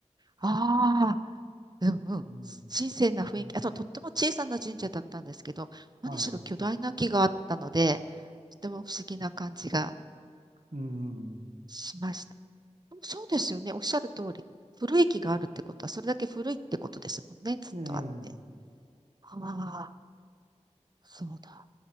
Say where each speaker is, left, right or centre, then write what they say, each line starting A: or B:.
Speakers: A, on the right (about 35°); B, on the right (about 85°).
A: ああ、うんうん。
B: うん、
A: 神聖な雰囲気。
B: うん
A: あと、とっても小さな神社だったんですけど、
B: はい。
A: 何しろ巨大な木があったので、とても不思議な感じが
B: うん、ね
A: しました。そうですよね。おっしゃる通り。古い木があるってことは、それだけ古いってことですもんね。ずっとあって。
B: え、う
A: ああ、そうだ。